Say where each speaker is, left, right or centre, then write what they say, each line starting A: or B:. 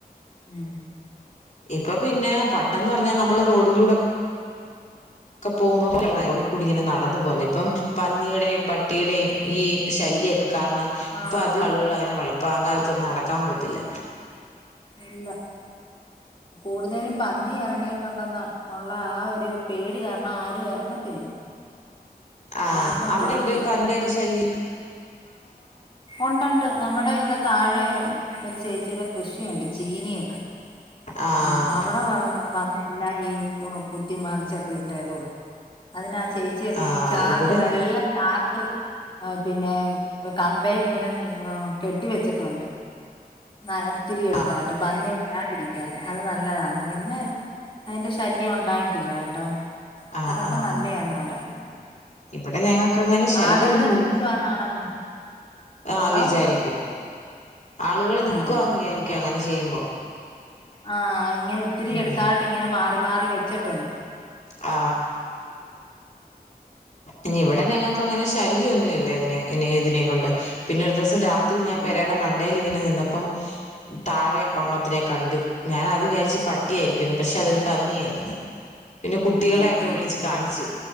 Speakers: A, on the left; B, on the left.
A: ഉം
B: ഇപ്പൊ പിന്നെ പണ്ടന്ന് പറഞ്ഞാ നമ്മള് റോഡിലൂടെ ഒക്കെ പോകുമ്പോ കൂടി ഇങ്ങനെ നടന്നു പോന്നു ഇപ്പം പന്നിടെയും പട്ട് ട്ടിയുടെയും
A: ഉം
B: ഈ ശല്യക്കെ കാരണം
A: ആഹ്
B: ഇപ്പൊ അത് ആളുകൾ അങ്ങനെ വെളുപങ്കാലത്തൊന്ന് നട ക്കാം പോത്തില്ല
A: ഇല്ല കൂടുതലും പന്നി ഇറങ്ങിയിട്ടുണ്ടെന്ന ഉള്ള ആ ഒരു പേടി കാരണം ആരും ഇറങ്ങത്തില്ല
B: ആ
A: എല്ലാവർക്കും
B: അവിടെ
A: പേടിയാ
B: ഉണ്ടോ ഈ പന്നിടെക്കെ ശല്യം
A: ഉണ്ടണ്ട് നമ്മുടെ ഇവിടെ താഴെ ഒരു ചേച്ചിയുടെ കൃഷിയുണ്ട് ചീനിയൊക്കെ
B: ആഹ്
A: ഉം അവിടെ വാ വ എല്ലാ ഈ കുത്തി മറിച്ചൊക്കെ ഇട്ടേക്കുവാ അതിനാ <unintelligible>
B: ആഹ്
A: നാക്ക്
B: ഇവിടെ
A: വെള്ള ചാക്ക് പിന്നെ കമ്പേൽ ഇങ്ങനെ എ കെട്ടി വെച്ചിട്ടുണ്ട് ന ഒത്തിരിയ എടുത്താ
B: ആഹ്
A: കേട്ടോ പന്നി വരാതിരിക്കാന് അത് നല്ലതാണ് പിന്നെ അയ്ന്റെ ശല്യം ഉണ്ടായിട്ടില്ല കേട്ടോ
B: ആഹ്
A: അതൊക്കെ
B: ആഹ്
A: നല്ലയാന്ന് പറയും
B: ഇവിടെ ഞങ്ങക്ക് അങ്ങനെ ശല്യൊന്നുല്ല
A: ആളുകള് നിക്കുവാന്നാണ് എന്തോ
B: ആ വിചാരിക്കും ആളുകള് നിക്കുവാന്ന്
A: ആഹ്
B: വിചാരിക്കുവ അങ്ങനെ ചെയ്യുമ്പോ
A: ആ ഇങ്ങനെ ഒത്തിരി
B: ഉം
A: എട്ത്താട്ട് ഇങ്ങനെ മാറി മാറി വെച്ചിട്ടൊണ്ട്
B: ആ ഇനി ഇവിടെ ഞങ്ങക്കങ്ങനെ ശല്യാെന്നു ഇല്ല ഇതിനെ ഇതിനെ കൊണ്ട് പിന്നെ ദിവസം രാത്രി ഞാൻ
A: ഉം
B: പെരയുടെ മണ്ടേൽ ഇങ്ങെനെ നിന്ന് പ്പം താഴെ ഒർണ്ണത്തിനെ കണ്ട് ഞാൻ അത് വിചാരിച്ച് പട്ടിയായിരിക്കുന്നു പക്ഷെ അതൊരു പന്നിയായിരുന്നു പിന്നെ കുട്ടികളെക്കെ
A: ആഹ് ആഹ്
B: വിളിച്ച് കാണിച്ച്